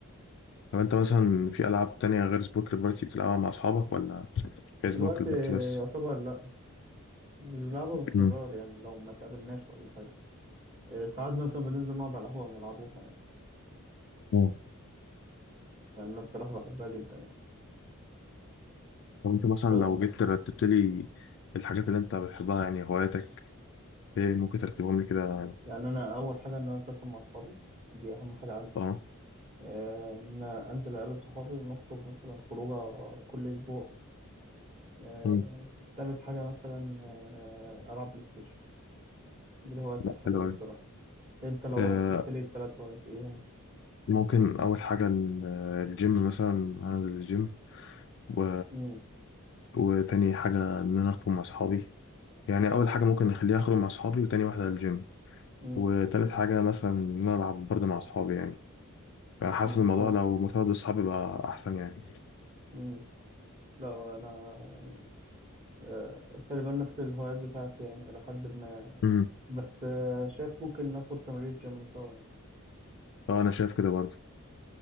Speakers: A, on the left; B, on the right.
A: طب انت مثلا في العاب تانية غير سبورك البارتي بتلعبها مع اصحابك ولا هي سبورك
B: دلوقتي
A: البارتي بس
B: يعتبر لا مش بنلعبها باستمرار
A: مم.
B: يعني لو ما تقابلناش ولا حاجة آه، ساعات مثلا بننزل نقعد على القهوة ونلعبوها يعني
A: مم.
B: يعني أنا بصراحة بحبها جدا يعني
A: طب انت مثلا
B: ف...
A: لو جيت رتبت لي الحاجات اللي انت بتحبها يعني هواياتك ايه ممكن ترتبهم لي كده
B: يعني أنا أول حاجة إن أنا أسافر مع أصحابي دي أهم حاجة عندي
A: اه
B: آه، إن أنا أنزل أقابل صحابي ونخرج مثلا خروجة كل أسبوع آه،
A: مم.
B: تالت حاجة مثلا آه، ألعب بلاي ستيشن دي الهوايات
A: لا
B: الحالية
A: حلو قوي
B: بصراحة أنت لو
A: آه
B: رتبت لي التلات هوايات إيه هم؟
A: ممكن اول حاجة ال- الجيم مثلا هنزل الجيم و...
B: مم.
A: وتاني حاجة ان انا اخرج مع اصحابي يعني
B: تمام
A: اول حاجة ممكن نخليها اخرج مع اصحابي وتاني واحدة الجيم
B: مم.
A: وتالت حاجة مثلا ان انا العب برضه مع اصحابي يعني انا حاسس
B: مم.
A: الموضوع
B: فهمت
A: لو مرتبط بالصحاب يبقى احسن يعني
B: مم. لا أنا يعني آه، تقريبا نفس الهوايات بتاعتي يعني إلى حد ما
A: امم
B: بس آه، شايف ممكن ناخد تمرين جيم سوا يعني
A: اه انا شايف كده برضه